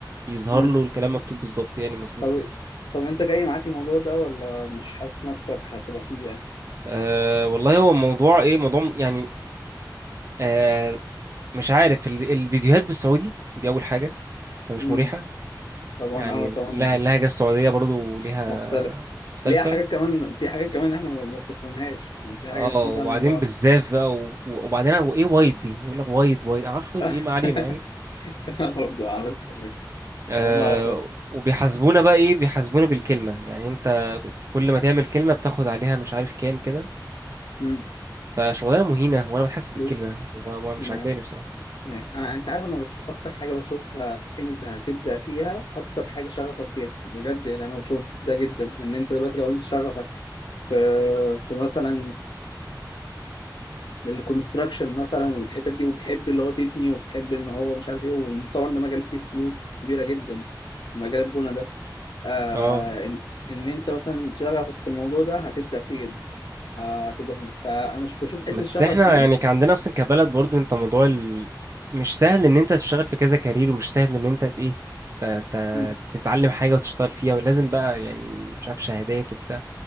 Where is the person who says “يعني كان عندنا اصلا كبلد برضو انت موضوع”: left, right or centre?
Right